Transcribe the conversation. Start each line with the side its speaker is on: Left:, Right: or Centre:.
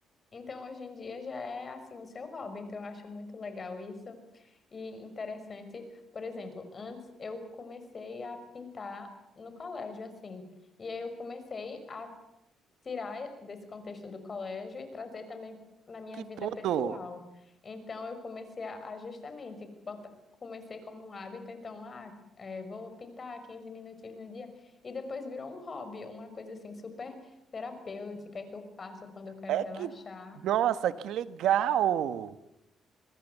Left: então hoje em dia já é assim o seu hobby. Então, eu acho muito legal isso. E interessante, por exemplo, antes eu comecei a pintar no colégio, assim. E aí eu comecei a tirar desse contexto do colégio e trazer também na minha
Right: Que
Left: vida
Right: tudo!
Left: pessoal. Então eu comecei a, a justamente, bota- comecei como um hábito, então, ah, é, vou pintar 15 minutinhos no dia. E depois virou um hobby, uma coisa assim super terapêutica e que eu faço quando eu quero
Right: É
Left: relaxar.
Right: que, nossa, que legal!